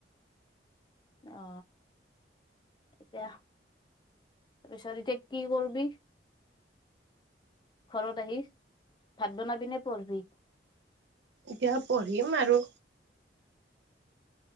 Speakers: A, on the left; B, on the right.
A: অ এতিয়া পিছত এতিয়া কি কৰবি? ঘৰত আহি ভাত বনাবি নে পঢ়বি?
B: এতিয়া পঢ়িম আৰু